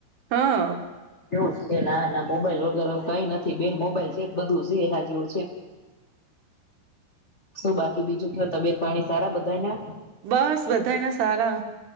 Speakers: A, on the right; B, on the left.
A: હા
B: એવું જ છે, ના ના મોબાઈલ વગર હવે કઈ નથી બેન મોબાઈલ છે ત તો બધું છે એના જેવું છે, શું બાકી બીજું ક્યો તબેત પાણી સારા બધાએ ના?
A: બસ બધાના સારા